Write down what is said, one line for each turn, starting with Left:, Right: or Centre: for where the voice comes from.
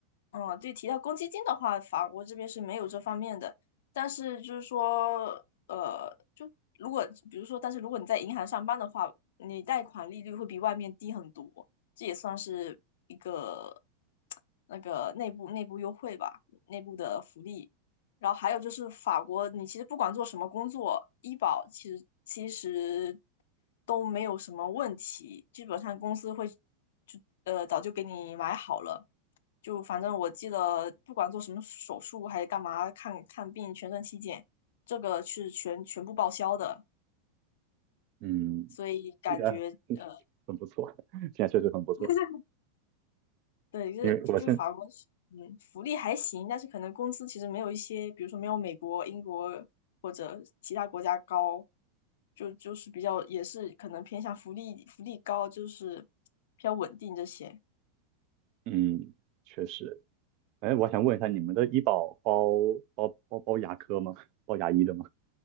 Left: 嗯，对，提到公积金的话，法国这边是没有这方面的。但是就是说，呃，就如果比如说，但是如果你在银行上班的话，你贷款利率会比外面低很多，这也算是一个 <tsk> 那个内部内部优惠吧，内部的福利。然后还有就是法国，你其实不管做什么工作，医保其实其实都没有什么问题，基本上公司会就呃早就给你买好了。就反正我记得，不管做什么手术还是干嘛，看看病、全身体检，这个是全全部报销的。
Right: 嗯，
Left: 所以感觉呃，
Right: 听起来很不错，<laughs> 现在确实很不错。
Left: <laughs> 对，就是就法国是嗯，
Right: 因为我现
Left: 福利还行，但是可能工资其实没有一些，比如说没有美国、英国或者其他国家高，就就是比较也是可能偏向福利，福利高就是比较稳定这些
Right: 嗯，确实，哎，我想问一下，你们的医保包包包包牙科吗？包牙医的吗？